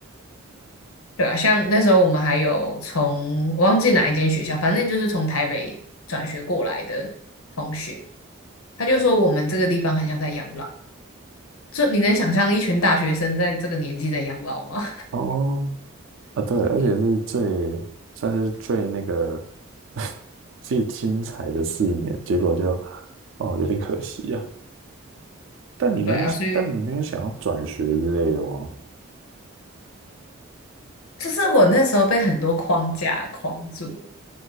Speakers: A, on the left; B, on the right.
A: 对啊，像那时候我们还有从我忘记哪一间学校，反正就是从台北转学过来的同学，他就说我们这个地方很像在养老，就你能想象一群大学生在这个年纪在养老吗？
B: 哦，啊对，而且是最算是最那个 <laughs> 最精彩的四年，结果就哦有点可惜啊。但你没有，
A: <laughs> 对啊，所以。
B: 但你没有想要转学之类的吗？
A: 就是我那时候被很多框架框住了，